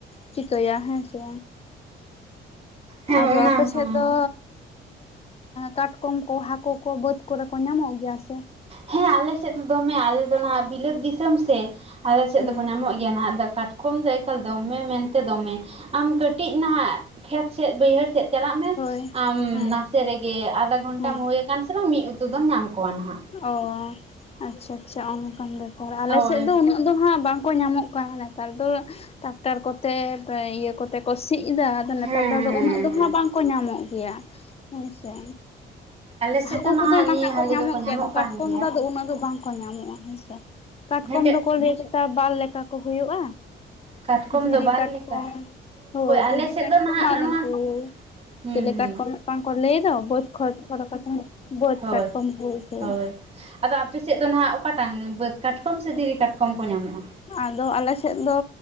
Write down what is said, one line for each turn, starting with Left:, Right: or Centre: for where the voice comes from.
Left: ᱪᱤᱠᱟᱹᱭᱟ ᱦᱮᱸ ᱥᱮ
Right: ᱦᱮᱸ
Left: ᱟᱫᱚ
Right: ᱚᱱᱟ
Left: ᱟᱯᱮᱥᱮᱫ
Right: ᱦᱚᱸ
Left: ᱫᱚ, ᱠᱟᱴᱠᱚᱢ ᱠᱚ ᱦᱟᱹᱠᱩ ᱠᱚ ᱵᱟᱹᱫᱽ ᱠᱚᱨᱮ ᱠᱚ ᱧᱟᱢᱚᱜ ᱜᱮᱭᱟ ᱥᱮ?
Right: ᱦᱮᱸ ᱟᱞᱮ ᱥᱮᱫ ᱫᱚ ᱫᱚᱢᱮ ᱟᱞᱮ ᱫᱚ ᱱᱟᱦᱟᱜ ᱵᱤᱞᱟᱹᱛ ᱫᱤᱥᱚᱢ ᱥᱮ, ᱟᱞᱮ ᱥᱮᱫ
Left: ᱦᱩᱸ
Right: ᱫᱚᱠᱚ ᱧᱟᱢᱚᱜ ᱜᱮᱭᱟ ᱾ ᱱᱟᱦᱟᱜ ᱫᱚ ᱠᱟᱴᱠᱚᱢ ᱫᱚ ᱮᱠᱟᱞ ᱫᱚᱢᱮ ᱢᱮᱱᱛᱮ ᱫᱚᱢᱮ, ᱟᱢ ᱠᱟᱹᱴᱤᱡ ᱱᱟᱦᱟᱜ ᱠᱷᱮᱛ ᱥᱮᱫ ᱵᱟᱹᱭᱦᱟᱹᱲ ᱥᱮᱫ ᱪᱟᱞᱟᱜ ᱢᱮ
Left: ᱦᱳᱭ
Right: ᱟᱢ
Left: ᱦᱮᱸ
Right: ᱱᱟᱥᱮ ᱨᱮᱜᱮ ᱟᱫᱷᱟ ᱜᱷᱚᱱᱴᱟᱢ
Left: ᱦᱮᱸ
Right: ᱦᱩᱭ ᱟᱠᱟᱱ ᱥᱮ ᱵᱟᱝ ᱢᱤᱫ ᱩᱛᱩ ᱫᱚᱢ ᱧᱟᱢ ᱠᱚᱣᱟ ᱦᱟᱜ ᱾
Left: ᱚ ᱟᱪᱪᱷᱟ ᱟᱪᱪᱷᱟ, ᱚᱱᱠᱟᱱ ᱵᱮᱯᱟᱨ ᱟᱞᱮᱥᱮᱫ
Right: ᱦᱳᱭ
Left: ᱫᱚ ᱩᱱᱟ, ᱫᱚ ᱦᱟᱸᱜ ᱵᱟᱝᱠᱚ ᱧᱟᱢᱚᱜ ᱠᱟᱱᱟ ᱱᱮᱛᱟᱨ ᱫᱚ ᱴᱟᱠᱴᱟᱨ ᱠᱚᱛᱮ ᱤᱭᱟᱹ ᱠᱚᱛᱮ ᱠᱚ ᱥᱤᱭ ᱮᱫᱟ ᱱᱮᱛᱟᱨ
Right: ᱦᱮᱸ
Left: ᱫᱚ
Right: ᱦᱮᱸ
Left: ᱩᱱᱟᱹᱜ ᱫᱚ
Right: ᱦᱮᱸ
Left: ᱦᱟᱸᱜ ᱵᱟᱝᱠᱚ ᱧᱟᱢᱚᱜ ᱜᱮᱭᱟ ᱦᱮᱸᱥᱮ
Right: ᱟᱞᱮ ᱥᱮᱫ
Left: ᱦᱟᱹᱠᱩ
Right: ᱫᱚ
Left: ᱠᱚᱫᱚ ᱱᱟᱦᱟᱜ
Right: ᱱᱤᱭᱟᱹ
Left: ᱠᱚ
Right: ᱦᱟᱹᱞᱤ
Left: ᱧᱟᱢᱚᱜ
Right: ᱫᱚᱠᱚ
Left: ᱜᱮᱭᱟ ᱟᱫᱚ ᱠᱟᱴᱠᱚᱢ
Right: ᱠᱟᱱ ᱜᱮᱭᱟ
Left: ᱫᱚ ᱩᱱᱟᱹᱜ ᱫᱚ ᱵᱟᱝᱠᱚ ᱧᱟᱢᱚᱜᱼᱟ ᱦᱮᱸᱥᱮ ᱾ ᱠᱟᱴᱠᱚᱢ
Right: ᱦᱮᱸ ᱪᱮᱫ
Left: ᱫᱚᱠᱚ ᱞᱟᱹᱭ ᱛᱟ ᱵᱟᱨ ᱞᱮᱠᱟ ᱠᱚ ᱦᱩᱭᱩᱜᱼᱟ
Right: ᱠᱟᱴᱠᱚᱢ
Left: ᱫᱷᱤᱨᱤ
Right: ᱫᱚ ᱵᱟᱨ
Left: ᱠᱟᱴᱠᱚᱢ
Right: ᱞᱮᱠᱟ
Left: ᱾ ᱦᱳᱭ
Right: ᱟᱞᱮ
Left: ᱫᱷᱤᱨᱤ
Right: ᱥᱮᱫ
Left: ᱠᱟᱴᱠᱚᱢ
Right: ᱫᱚ ᱱᱟᱦᱟᱜ
Left: ᱟᱨ
Right: ᱱᱚᱣᱟ
Left: ᱩᱱ ᱠᱚ
Right: ᱦᱩᱸ
Left: ᱪᱮᱫ ᱞᱮᱠᱟ‌
Right: ᱦᱩᱸ
Left: ᱠᱚ ᱢᱤᱫᱴᱟᱝ ᱠᱚ ᱞᱟᱹᱭ ᱫᱚ ᱵᱟᱹᱫᱽ ᱠᱷᱚᱱ ᱠᱷᱚᱨᱚ ᱠᱟᱛᱮ ᱵᱟᱹᱫ
Right: ᱦᱳᱭ
Left: ᱠᱟᱴᱠᱚᱢ ᱦᱩᱭ ᱦᱩᱭ
Right: ᱦᱳᱭ ᱟᱫᱚ ᱟᱯᱮ ᱥᱮᱫ ᱫᱚ ᱱᱟᱜ ᱚᱠᱟᱴᱟᱝ ᱵᱟᱹᱫᱽ ᱠᱟᱴᱠᱚᱢ ᱥᱮ ᱫᱷᱤᱨᱤ ᱠᱟᱴᱠᱚᱢ ᱠᱚ ᱧᱟᱢᱚᱜᱼᱟ
Left: ᱟᱫᱚ ᱟᱞᱮ ᱥᱮᱫ ᱫᱚ